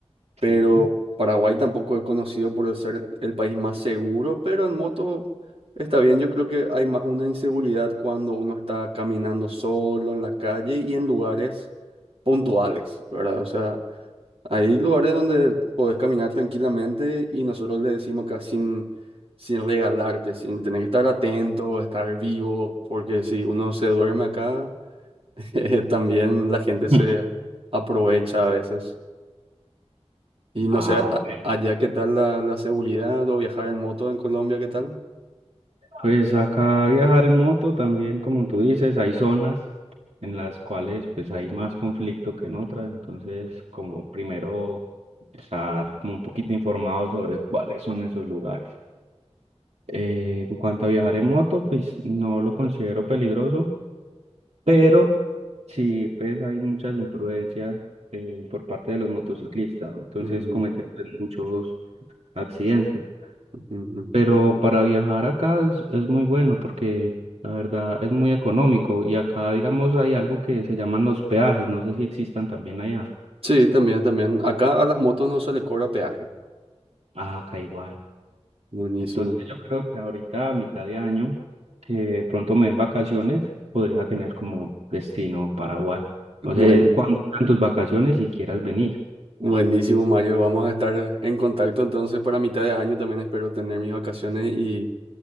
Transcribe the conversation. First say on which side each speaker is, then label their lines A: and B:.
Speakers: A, on the right; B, on the right.
A: Pero
B: Sí.
A: Paraguay tampoco es conocido por ser el país más seguro, pero en moto está bien. Yo creo que hay más una inseguridad cuando uno está caminando solo en la calle y en lugares puntuales, ¿verdad? O sea, hay lugares donde podés caminar tranquilamente y nosotros le decimos acá sin, sin regalarte, sin tener que estar atento, estar vivo, porque si uno se duerme acá, <laughs> también la gente se
B: <laughs>
A: aprovecha a veces. Y no
B: Ah,
A: sé, a-
B: ok.
A: allá qué tal la, la seguridad o viajar en moto en Colombia, ¿qué tal?
B: Pues acá viajar en moto también, como tú dices, hay zonas en las cuales pues hay más conflicto que en otras, entonces como primero estar como un poquito informado sobre cuáles son esos lugares. Eh, en cuanto a viajar en moto, pues no lo considero peligroso, pero sí pues hay muchas imprudencias eh, por parte de los motociclistas, entonces
A: Ujú,
B: cometen pues, muchos accidentes.
A: ujú.
B: Pero para viajar acá es, es muy bueno porque la verdad es muy económico y acá, digamos, hay algo que se llaman los peajes, no sé si existan también allá.
A: Sí, también, también. Acá a las motos no se le cobra peaje.
B: Ah, acá igual.
A: Buenísimo.
B: Entonces yo creo que ahorita a mitad de año, que de pronto me den vacaciones, podría tener como destino Paraguay.
A: <laughs>
B: No sé
A: Buen,
B: cuántas tus vacaciones si quieras venir.
A: buenísimo, Mario. Vamos a estar en contacto entonces para mitad de año. También espero tener mis vacaciones y